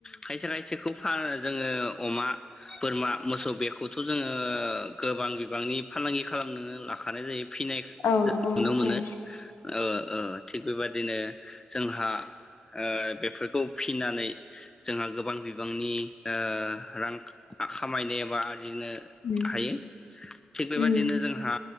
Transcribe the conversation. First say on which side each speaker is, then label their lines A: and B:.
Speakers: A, on the left; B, on the left.
A: खायसे खायसेखौ जोङो अमा, बोरमा, मोसौ बेखौथ' जोङो ओ गोबां बिबांनि फालांगि खालामनोनो लाखानाय जायो। फिनायफोरखो
B: औ
A: जों नुनो
B: औ
A: मोनो
B: औ उम
A: ओ ओ थिख बेबादिनो जोंहा ओ बेफोरखौ फिनानै जोंहा गोबां बिबांनि ओ रां खामायनो एबा आरजिनो
B: उम
A: हायो थिग बेबादिनो
B: उम उम
A: जोंहा